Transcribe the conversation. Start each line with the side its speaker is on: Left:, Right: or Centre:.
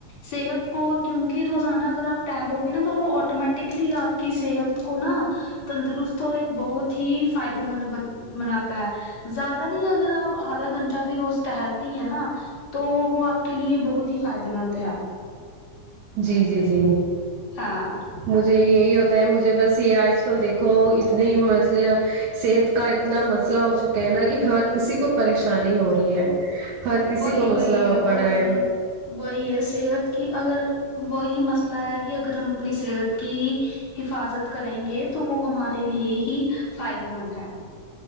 Left: صحت کو کیونکہ روزانہ اگر اپ ٹہلو گے نا تو وہ اٹومیٹکلی اپ کی صحت کو نا تندرست اور ایک بہت ہی فائدے مند منات زیادہ نہیں اگر آپ آدھا گھنٹہ بھی روز ٹہلتی ہیں نا تو وہ آپ کے لیے بہت ہی فائدے مند ہے
Right: جی جی جی
Left: ہاں
Right: مجھے یہی ہوتا ہے مجھے بس یہ آج کل دیکھو اتنے مطلب صحت کا اتنا مسئلہ ہو چکا ہے نا کہ ہر کسی کو پریشانی ہو رہی ہے ہر کسی
Left: وہی
Right: کو
Left: وہی
Right: مسئلہ ہو
Left: اور
Right: پڑا ہے
Left: وہی ہے صحت کی اگر وہی مسئلہ ہے کہ اگر ہم اپنی صحت کی ہی حفاظت کریں گے تو وہ ہمارے لیے ہی فائدہ مند ہے